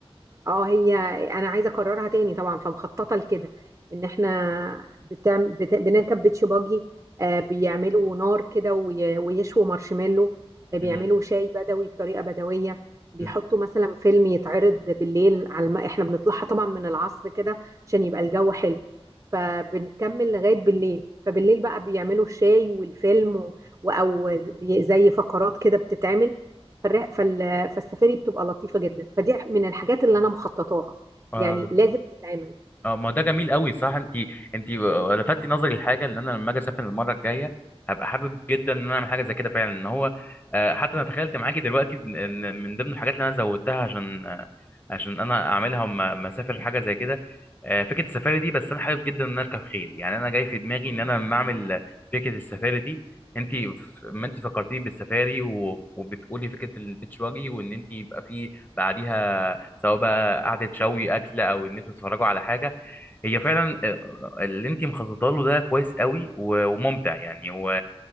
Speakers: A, on the right; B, on the left.
A: اه هي انا عايزه اكررها تاني طبعا فمخططه لكده ان احنا بتعم... بت... بنركب بيتش باجي آه بيعملوا نار كده وي... ويشووا مارشميلو آه بيعملوا
B: امم
A: شاي بدوي بطريقه بدويه بيحطوا
B: امم
A: مثلا فيلم يتعرض بالليل على الم... احنا بنطلعها طبعا من العصر كده عشان يبقى الجو حلو فبنكمل لغايه بالليل فبالليل بقى بيعملوا الشاي والفيلم و... و- او بي... زي فقرات كده بتتعمل فالر... فال... فالسفاري بتبقى لطيفة جدا فدي من الحاجات اللي انا مخططاها
B: امم
A: يعني لازم تتعمل
B: اه ما ده جميل قوي صح انت انت لفتي نظري لحاجه ان انا لما اجي اسافر المره الجايه هبقى حابب جدا ان انا اعمل حاجه زي كده فعلا ان هو آه، حتى انا تخيلت معاكي دلوقتي ان إن من ضمن الحاجات اللي انا زودتها عشان آه، عشان انا اعملها وما ما اسافر حاجه زي كده آه، فكره السفاري دي بس انا حابب جدا ان انا اركب خيل يعني انا جاي في دماغي ان انا لما اعمل فكره السفاري دي انت ما انت فكرتيني بالسفاري و- وبتقولي فكره البيتش واجي وان انت يبقى في بعديها سواء بقى قعده شوي اكل او ان انتوا تتفرجوا على حاجه هي فعلا آه، اللي انت مخططه له ده كويس قوي و- وممتع يعني و...